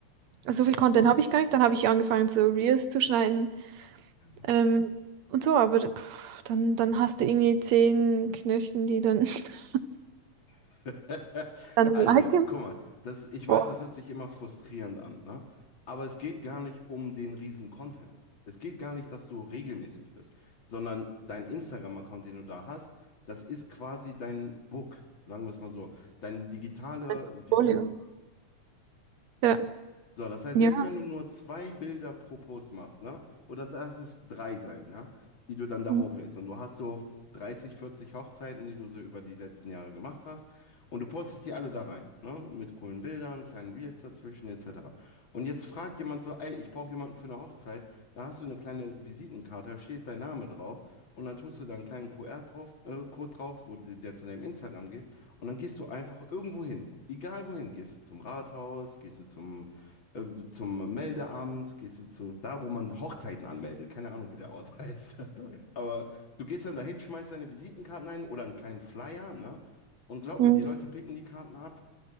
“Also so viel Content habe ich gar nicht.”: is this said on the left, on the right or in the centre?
Right